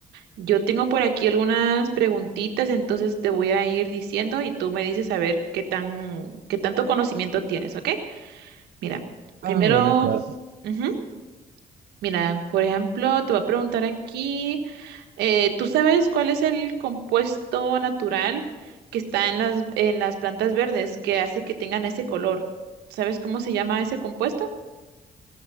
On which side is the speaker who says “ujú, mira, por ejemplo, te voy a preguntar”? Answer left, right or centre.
Right